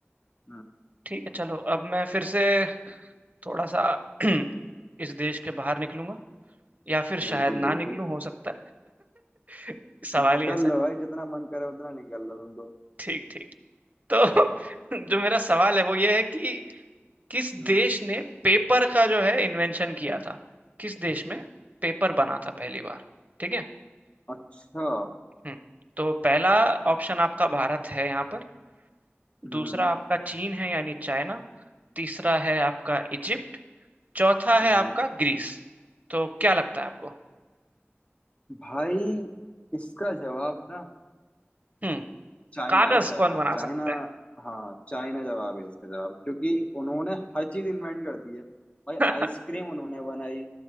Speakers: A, on the left; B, on the right.
A: हाँ
B: ठीक है चलो अब मैं फिर से थोड़ा सा <clears throat> इस देश के बाहर निकलूंगा या फिर शायद
A: बिल्कुल
B: ना
A: बिल्कुल
B: निकलूं हो सकता है <laughs> सवाल
A: निकल
B: ही ऐसा है
A: लो भाई जितना मन करे उतना निकल लो तुम तो
B: ठीक ठीक तो <laughs> जो मेरा सवाल है वो ये है कि किस
A: हम्म
B: देश ने पेपर का जो है इन्वेंशन किया था किस देश में पेपर बना था पहली बार ठीक है
A: अच्छा
B: हम्म तो पहला ऑप्शन आपका भारत है यहाँ पर
A: हम्म
B: दूसरा आपका चीन है यानी चाइना तीसरा है आपका इजिप्ट चौथा
A: हम्म
B: है आपका ग्रीस तो क्या लगता है आपको
A: भाई इसका जवाब ना
B: हम्म
A: चाइना
B: कागज
A: है चाइना
B: कौन बना
A: चाइना
B: सकता
A: हाँ चाइना जवाब है इसका जवाब क्योंकि उन्होंने हर चीज इन्वेंट कर दी है भाई
B: है
A: आइसक्रीम उन्होंने बनाई